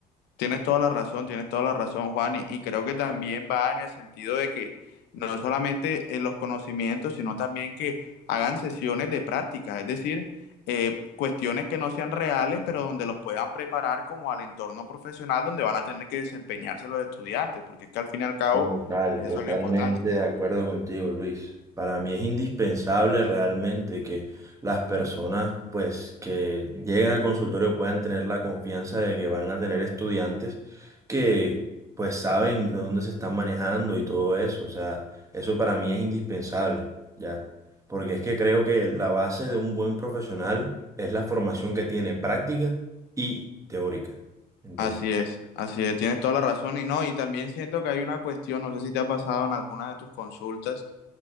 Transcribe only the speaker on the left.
Tienes toda la razón, tienes toda la razón, Juan, y, y creo que también va en el sentido de que no solamente en los conocimientos, sino también que hagan sesiones de práctica, es decir, eh, cuestiones que no sean reales, pero donde los puedan preparar como al entorno profesional donde van a tener que desempeñarse los estudiantes, porque es que al fin y al cabo
eso
es lo importante.
Así es, así es, tienes toda la razón y no, y también siento que hay una cuestión, no sé si te ha pasado en alguna de tus consultas